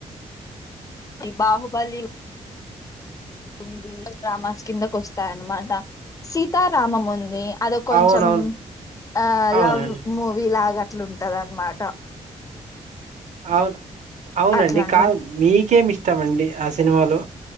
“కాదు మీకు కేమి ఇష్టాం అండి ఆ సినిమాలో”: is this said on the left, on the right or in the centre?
Right